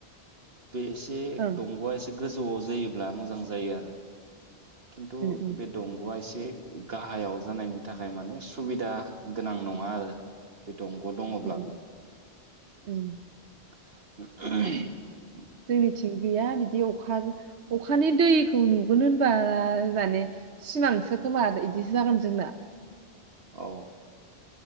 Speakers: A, on the right (about 60°); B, on the right (about 80°).
A: बे एसे
B: उम
A: दंग'आ एसे गोजौआव जायोब्ला मोजां जायो आरो। खिन्थु
B: उम
A: बे दंगा एसे एसे गाहायाव जानायनि थाखाय माने स सुबिदा गोनां नङा आरो। बे दंग' दङब्लाबो।
B: उम
A: <inaudible> ओहोम।
B: उम जोंनिथिं गैया बिदि अखाज अखानि दैखौ नुगोन होनबा माने सिमांसो खोमा इदिसो जागोन जोंना।
A: औ।